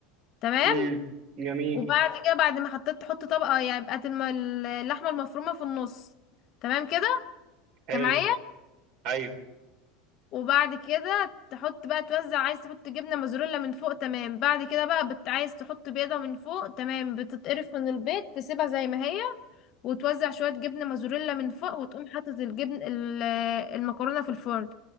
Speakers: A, on the left; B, on the right.
A: تمام
B: امم جميل
A: وبعد كده بعد ما حطيت تحط طبقه يعني بقت الم- اللحمه المفرومه في النص تمام كده
B: حلو
A: انت معايا
B: ايوه
A: وبعد كده تحط بقى توزع عايز تحط جبنه موزاريلا من فوق تمام بعد كده بقى بت... عايز تحط بيضه من فوق تمام بتتقرف من البيض تسيبها زي ما هي وتوزع شوية جبنة موزاريلا من فوق وتقوم حاطط الجبن ال- المكرونة في الفرن